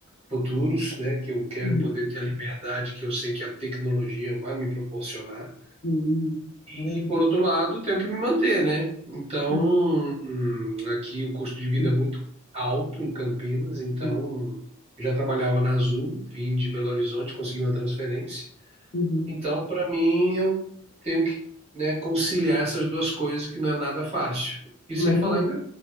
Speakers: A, on the right; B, on the left.
A: futuros, né? Que eu quero
B: uhum,
A: poder ter a liberdade que eu sei que a tecnologia vai me proporcionar
B: uhum. Maravilha.
A: E por outro lado, tenho que me manter, né? Então,
B: Uhum,
A: hum, aqui o custo de vida
B: uhum,
A: é muito alto em Campinas, então
B: uhum,
A: já trabalhava na Azul, vim de Belo Horizonte, consegui uma transferência.
B: uhum.
A: Então, para mim, eu tenho que, né, conciliar essas duas coisas que não é nada fácil. E
B: Imagina.
A: sem falar ainda